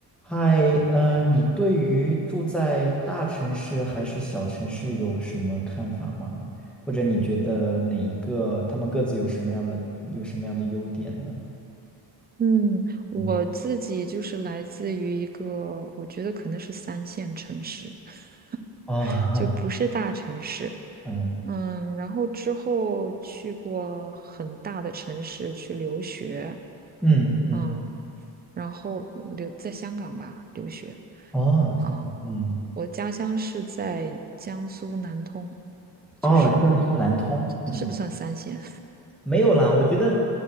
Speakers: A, in the centre; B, on the right.
A: 嗨，嗯，你对于住在大城市还是小城市有什么看法吗？或者你觉得哪一个，他们各自有什么样的有什么样的优点呢？
B: 嗯，我自己就是来自于一个，
A: 嗯，
B: 我觉得可能是三线城市，<laughs>
A: 哦，
B: 就不是大城市。
A: <laughs> 嗯
B: 嗯，然后之后去过很大的城市去留学，
A: 嗯嗯，
B: 嗯，然后留在香港吧留学。
A: 哦，像嗯
B: 嗯，我家乡是在江苏南通，
A: 哦，
B: 就是
A: 江苏南通，嗯，
B: 是不算三线，
A: 没有啦，我觉得